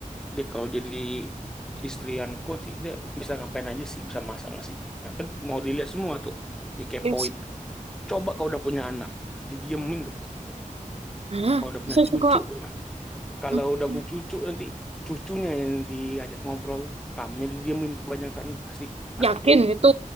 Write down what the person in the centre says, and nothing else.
Dia kalau jadi istri anakku nanti dia bisa ngapain aja sih, bisa masak nggak sih. Nah kan mau dilihat semua tuh, dikepoin.
Coba kalau udah punya anak, didiemin tuh pas itu.
Kalau udah punya
cucu,
kalau
udah punya cucu nanti cucunya yang diajak ngobrol, kamunya didiemin kebanyakan pasti pasti
kayak gitu.